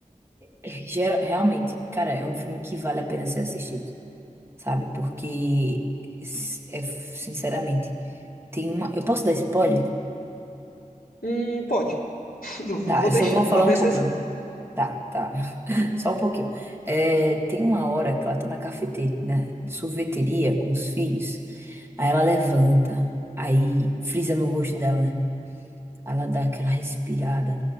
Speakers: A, on the right (about 15°); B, on the left (about 90°).
A: é, gera- realmente, cara, é um filme que vale a pena ser assistido, sabe? Porque s- é sinceramente, tem uma, eu posso dar spoiler?
B: Hum, pode. Eu vou
A: Tá,
B: vou
A: eu
B: deixar,
A: só vou
B: vou
A: falar
B: dar
A: um
B: exceção.
A: pouquinho. Tá, tá. <laughs> Só um pouquinho. É, tem uma hora que ela tá na cafeteria, na sorveteria com os filhos. Aí ela levanta, aí frisa no rosto dela, né? Ela dá aquela respirada.